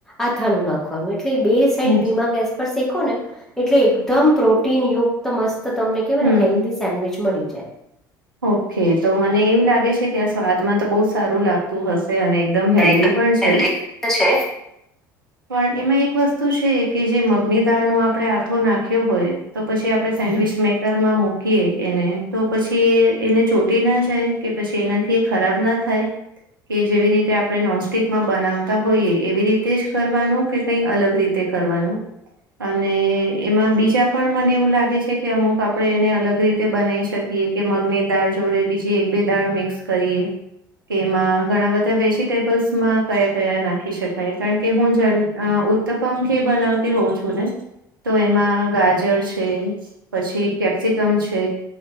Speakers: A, in the centre; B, on the right (about 80°).
A: આથાનું નાખવાનું એટલે બે સાઈડ
B: હમ
A: ધીમા ગેસ પર શેકો ને એટલે એકદમ પ્રોટીન યુક્ત મસ્ત તમને કે
B: હમ
A: મને હેલ્ધી સેન્ડવીચ મળી જાય.
B: ઓકે તો મને એવું લાગે છે કે આ સ્વાદમાં તો બહુ સારું લાગતું હ શે અને એકદમ
A: જાય
B: હેલ્ધી પણ છે.
A: હેલ્ધી છે
B: પણ એમાં એક વસ્તુ છે કે જે મગની દાળ નો આપડણે આથો નાખ્યો હોય તો પછી આપડે સેન્ડવીચ મેક ઘમાં મૂકીએ એને તો પછી એ એને ચોટી ના જાય કે પછી એનાથી એ ખરાબ ના થાઈ કે જેવી રીતે આપણે નોનસ્ટિક માં બનાવતા હોઈયએ એવી રીતે જ કરવાનું કે કઈ અલગ રી તે કરવાનું અને એમાં બીજા પણ મને એવું લાગે છે કે અમુક તો આપણે એને અલગ રીતે બનાવી શકીએ કે મગની દાળ જોડે બીજી એક બે દાળ મિક્સ કરીએ કેમાં ઘણા બધા વેજીિટેબલ્સમાં કયા કયા નાખી શકાય કારણ કે હું જ અ ઉ ત્તપમ બનાવતી હોઉ છું ને તો એમાં ગાજર છે પછી કેપ્સિકમ છે,